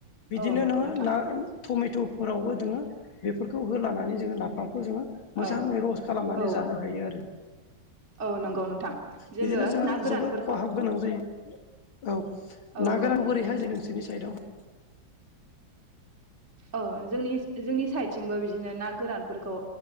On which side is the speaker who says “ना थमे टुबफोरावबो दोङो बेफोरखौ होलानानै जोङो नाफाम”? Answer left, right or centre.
Left